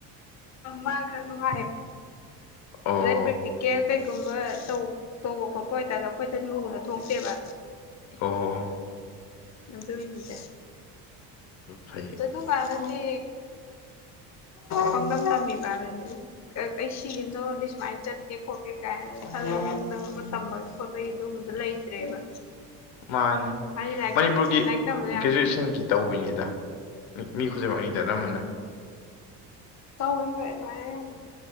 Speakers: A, on the left; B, on the left.
A: ꯃꯈꯛ ꯅꯨꯡꯉꯥꯏ
B: ꯑꯣ
A: ꯑꯗꯩ ꯄꯦꯇ꯭ꯔꯤꯀꯦꯜ ꯀꯩꯒꯨꯝꯕ ꯇꯧꯕ ꯈꯣꯠꯄ ꯑꯣꯏꯇꯥꯗꯝ ꯑꯩꯈꯣꯏꯗ ꯂꯨꯅ ꯊꯣꯛꯇꯦꯕ
B: ꯑꯣ
A: ꯑꯗꯨꯒꯤꯅꯤꯗ
B: ꯐꯩ
A: ꯑꯗꯨꯝ ꯀꯟꯗꯗꯤ ꯄꯨꯡꯇꯝ ꯇꯝꯃꯤꯕꯗꯨꯅꯤ ꯑꯩ ꯁꯤꯁꯤꯝꯃ ꯂꯧꯔꯗꯤ ꯁꯨꯃꯥꯏꯅ ꯆꯠꯀꯦ ꯈꯣꯠꯀꯦ ꯀꯥꯏꯅꯒ ꯈꯜꯂꯒ ꯇꯝꯕꯒꯤ ꯈꯣꯄꯒꯤ ꯑꯗꯨꯒ ꯂꯩꯇ꯭ꯔꯦꯕ
B: ꯃꯥꯅꯦ
A: ꯍꯥꯏꯗꯤ ꯂꯥꯏꯔꯤꯛ
B: ꯃꯅꯤꯄꯨꯔꯒꯤ
A: ꯂꯥꯏꯔꯤꯛ ꯇꯝꯕꯗ
B: ꯒ꯭ꯔꯦꯖꯨꯁꯟꯒꯤ ꯇꯧꯏꯅꯤꯗ ꯃꯤ ꯈꯨꯗꯤꯡꯃꯛꯅꯤꯗ ꯅꯝꯕꯅ
A: ꯇꯧꯌꯦ ꯍꯣꯏ ꯑꯗꯨꯃꯥꯏꯅ ꯑꯌꯥꯝꯕꯅ